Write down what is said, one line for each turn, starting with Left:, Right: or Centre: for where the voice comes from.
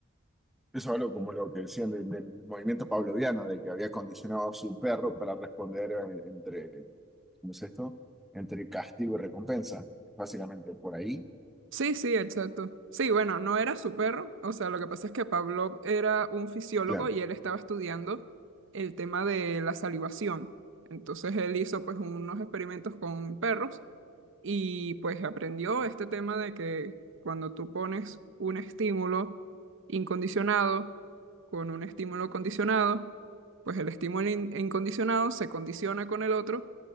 Centre: eso hablo como lo que decían del, del movimiento pavloviano, de que había condicionado a su perro para responder eh, entre ¿cómo es esto? Entre castigo y recompensa, básicamente por ahí.
Right: Sí, sí, exacto. Sí, bueno, no era su perro. O sea, lo que pasa es que Pavlov era un fisiólogo
Centre: Claro,
Right: y él estaba estudiando el tema de la salivación. Entonces él hizo pues unos experimentos con perros y pues aprendió este tema de que cuando tú pones un estímulo incondicionado con un estímulo condicionado, pues el estímulo in- incondicionado se condiciona con el otro